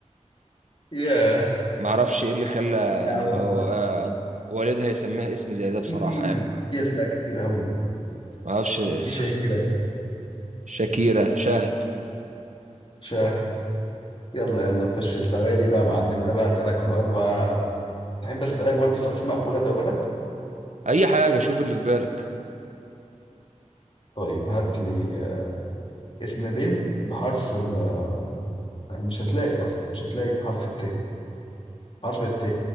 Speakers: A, on the left; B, on the right.
A: ياه
B: معرفش ايه اللي خلى يعني
A: يا عم
B: و- و- آه، والدها يسميها اسم زي ده بصراحة
A: مين في
B: يعني
A: في اسماء كتير قوي
B: معرفش
A: في شهيره
B: <laughs> شاكيرة شاهد
A: شاه يلا يلا خش سؤالي بقى يا معلم انا بقى اسالك سؤال بقى تحب اسالك برضه في اسماء ولاد او بنات
B: اي حاجة شوف اللي في بالك
A: طيب هات لي آه، اسم بنت بحرف ال آه، مش هتلاقي اصلا مش هتلاقي بحرف الث حرف الث